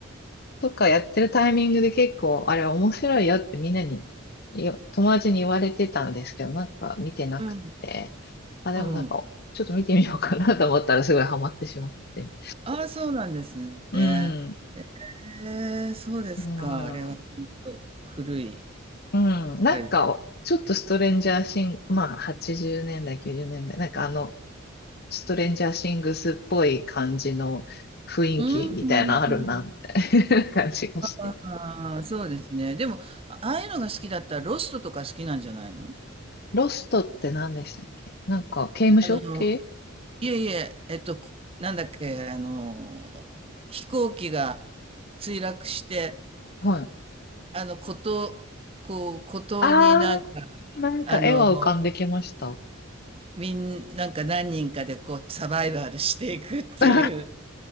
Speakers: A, on the left; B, on the right.
A: とかやってるタイミングで結構、あれ面白いよってみんなに、よ友達に言われてたんですけど、なんか見てなくて、
B: ええ
A: あ、でもなんか、
B: うん、うん。
A: ちょっと見てみようかなと思ったらすごいハマってしまって。
B: ああ、そうなんですね。
A: うん。
B: へえ、そうですか。
A: あー
B: あれはほんと古い、
A: うん。なんか、
B: あれ。
A: ちょっとストレンジャーシング、まあ、80年代、90年代、なんかあの、ストレンジャーシングスっぽい感じの雰囲気みたいなのあるな、
B: うんうんうん。
A: みたいな <laughs> 感じがして。
B: ああ、そうですね。でも、あああいうのが好きだったらロストとか好きなんじゃないの
A: ロストって何でしたっけなんか、刑務所系
B: あの、いえいえ、えっと、こなんだっけ、あの、飛行機が墜落して、
A: はい
B: あの、孤島、こう、孤島になんか、
A: あー、なんか絵は浮かんできました。
B: あの、みん、なんか何人かでこう、サバイバルしていくっていう。
A: <laughs> あ